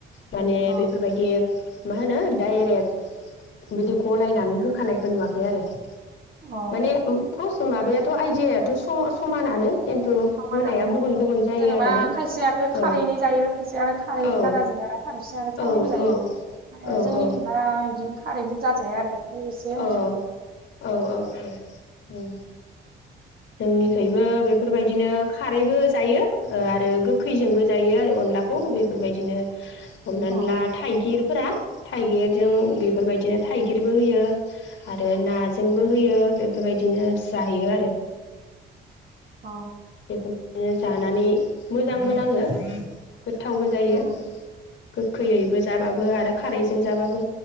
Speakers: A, on the left; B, on the right.
A: माने
B: औ
A: बेफोरबायदि मा होनो डाइरेक् बिदि गलायनानै हो खानायखौ नुवाखै आरो
B: औ
A: माने फ्रस माबायाथ' आइदियाथ' सम समानानो खिन्थु
B: समनानै
A: होनाया गुबुन गुबुन जायो
B: जेनेबा
A: आरोना
B: खायसे आरो खारैनि
A: औ
B: जायो खायसे आरो खारै
A: औ
B: बारा जाया खारैसो आरो थावनिबो
A: औ
B: जायो
A: औ औ
B: जोंनिखिबा बिदिनो खारै बुरजा जाया आरो खारै एसे होना
A: अ
B: जायो
A: औ औ औ जोंनिखैबो बेफोरबायदिनो खारैबो जायो ओ आरो गोखैजोंबो जायो आरो अनलाखौ बेफोरबायदिनो हमनानै
B: अ
A: ला थाइगिरफोरा थाइगिरजों बेफोरबायदिनो थाइगिरबो होयो आरो नाजोंबो होयो बेफोरबायदिनो जायो आरो
B: अ
A: बेफोरदिनो जानानै मोजांबो नाङो गोथावबो जायो
B: अ
A: गोखैयैबो जाबाबो आरो खारैजों जाबाबो